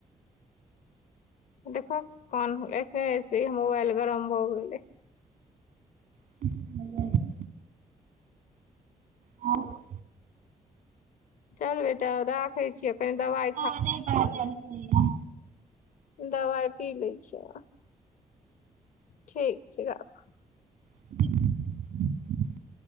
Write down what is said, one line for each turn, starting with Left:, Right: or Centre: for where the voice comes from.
Left: देखहक कान होलै एखने स-मोबाइल गरम भऽ गेलै
Right: <unintelligible> आ <unintelligible>
Left: चल बेटा अब राखै छियौ पें-दवाइ
Right: हाँ नहि बाजल होइ या
Left: दबाइ पी लै छियह ठीक छै राखू
Right: <inaudible>